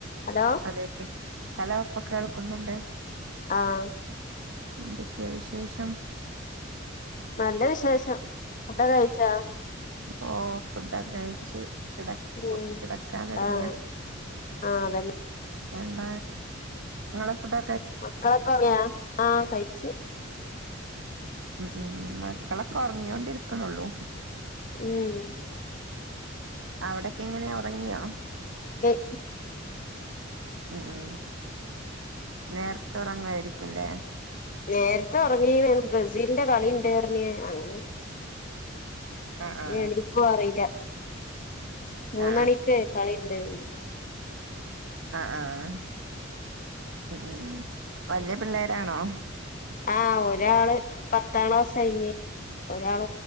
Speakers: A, on the left; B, on the right.
A: ഹലോ
B: അതെ ഹലോ ഇപ്പൊ കേൾക്കുന്നുണ്ട്
A: ആഹ
B: എന്തൊക്കെയാ വിശേഷം
A: നല്ല വിശേഷം ഫുഡ് കഴിച്ചാ
B: ഓ ഫുഡ് ഒക്കെ കഴിച്ച് കിടക്കു
A: ഉം
B: കിടക്കാൻ ഒരുങ്ങ
A: ആഹ് ആഹ് അതന്നെ
B: എന്താ നിങ്ങളെ ഫുഡ്
A: മക്കളൊക്കെ ഉറങ്ങിയ ആഹ കഴച്ച്
B: ഉം ഉം മക്കളൊക്കെ ഉറങ്ങോണ്ടിരിക്കണള്ളൂ
A: ഉം
B: അവിടക്കെ എങ്ങനെയ ഉറങ്ങിയോ
A: ഉ
B: ആ ഉ നേരത്ത ഉറങ്ങമായിരിക്കുംല്ലേ
A: നേരത്തെ ഉറങ്ങി ബ്രസീലിന്റെ കളി ഉണ്ട് പറഞ് അങ്ങനെ
B: ആ ആ
A: എനിക്കും അറിയില്ല മൂന്നു
B: ആ
A: മണിക്ക് കളിഉണ്ടന്ന് പറഞ്ഞു
B: ആഹ് ആഹ് ഉ ഉ വലിയ പിള്ളേരാണോ
A: ആഹ് ഒരാള് പത്താം ക്ലാസ് കഴിഞ്ഞ് ഒരാൾ